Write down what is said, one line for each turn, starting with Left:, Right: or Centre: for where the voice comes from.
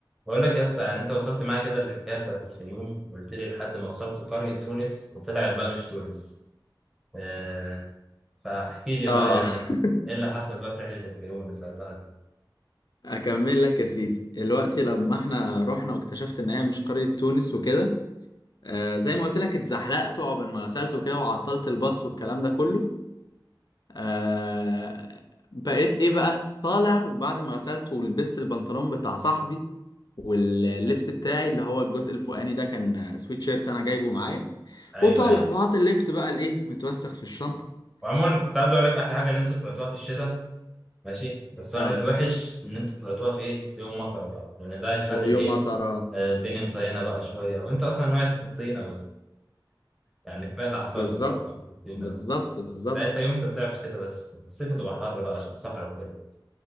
Centre: بقول لك يا اسطى يعني انت وصلت معايا كده للحكايه بتاعت الفيوم قلت لي لحد ما وصلت قريه تونس وطلعت بقى مش تونس آه فاحكي لي
Left: اه
Centre: بقى يعني
Left: <laughs>
Centre: ايه اللي حصل بقى في رحله الفيوم اللي طلعتها دي
Left: اكمل لك يا سيدي دلوقتي لما احنا رحنا واكتشفت ان هي مش قرية تونس وكده آه زي ما قلت لك اتزحلقت وعقبال ما غسلت وكده وعطلت الباص والكلام ده كله آه بقيت ايه بقى طالع وبعد ما غسلت ولبست البنطلون بتاع صاحبي واللبس بتاعي اللي هو الجزء الفوقاني ده كان سويت شيرت انا جايبه معايا
Centre: ايوه
Left: وطالع
Centre: ايوه
Left: وحاطط اللبس بقى الايه متوسخ في الشنطة
Centre: وعموما كنت عايز اقول لك احلى حاجه ان انتوا طلعتوها في الشتاء ماشي بس
Left: اه
Centre: هو الوحش ان انتوا طلعتوها في ايه في يوم مطره بقى لان ده هيخلي
Left: يوم
Centre: الايه
Left: ما ترى
Centre: آه، الدنيا مطينه بقى شويه وانت اصلا وقعت في الطينه بقى. يعني كفايه اللي حصل
Left: بالظبط
Centre: لك اصلا في الطينه
Left: بالظبط
Centre: ده
Left: بالظبط
Centre: بس هي الفيوم تطلع في الشتاء بس في الصيف تبقى حر بقى عشان الصحراء وكده.